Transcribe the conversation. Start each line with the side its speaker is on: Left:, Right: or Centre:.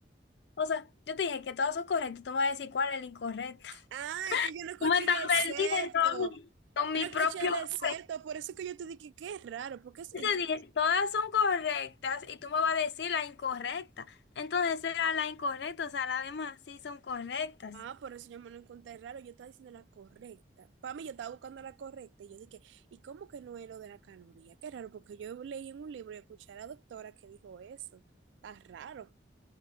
Left: O sea, yo te dije que todas son correctas, tú me vas a decir cuál es el incorrecto.
Right: Ah, es que yo no escuché
Left: Tú me estás
Right: el excepto.
Left: perdiendo a con
Right: Yo
Left: mi
Right: no
Left: propio
Right: escuché el excepto.
Left: juez.
Right: Por eso que yo te dije que es raro, porque es,
Left: Yo
Right: es-
Left: te dije, todas son correctas y tú me vas a decir la incorrecta. Entonces era la incorrecta, o sea, las demás sí son correctas.
Right: Ah, por eso yo me lo encontré raro. Yo estaba diciendo la correcta. Para mí, yo estaba buscando la correcta. Y yo dije, ¿y cómo que no es lo de la caloría? Qué raro, porque yo leí en un libro y escuché a la doctora que dijo eso. Está raro.